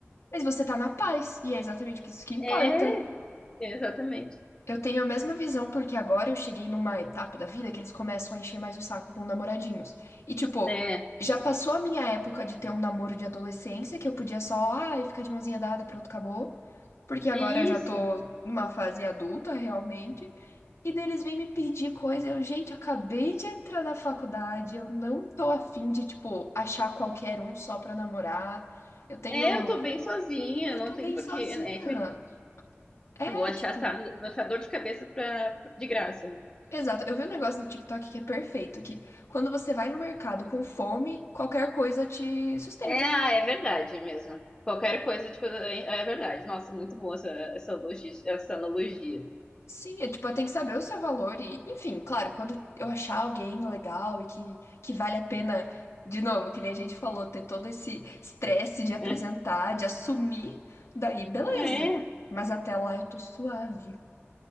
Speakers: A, on the left; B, on the left.
A: Mas você tá na paz, e é exatamente isso que importa.
B: É, exatamente.
A: Eu tenho a mesma visão porque agora eu cheguei numa etapa da vida que eles começam a encher mais o saco com namoradinhos. E tipo,
B: É,
A: já passou a minha época de ter um namoro de adolescência que eu podia só, ai, ficar de mãozinha dada, pronto, acabou. Porque agora
B: é
A: eu já
B: isso.
A: tô numa fase adulta, realmente. E daí eles vêm me pedir coisa. Eu, gente, eu acabei de entrar na faculdade. Eu não tô afim de, tipo, achar qualquer um só pra namorar. Eu tenho.
B: É, eu tô bem sozinha,
A: Eu
B: não
A: tô
B: tem
A: bem
B: porquê.
A: sozinha.
B: É que
A: É,
B: eu vou achar,
A: tipo.
B: essa- vou achar dor de cabeça pra, de graça. né?
A: Exato. Eu vi um negócio no TikTok que é perfeito, que quando você vai no mercado com fome, qualquer coisa te sustenta.
B: É, ah, é verdade mesmo. Qualquer coisa, tipo, é, é verdade. Nossa, muito boa essa, essa, logis- essa analogia.
A: Sim, é tipo, tem que saber o seu valor e, enfim, claro, quando eu achar alguém legal e que, que vale a pena, de novo, que nem a gente falou, ter todo esse estresse de apresentar,
B: <laughs>
A: de assumir, daí beleza.
B: É.
A: Mas até lá eu tô suave.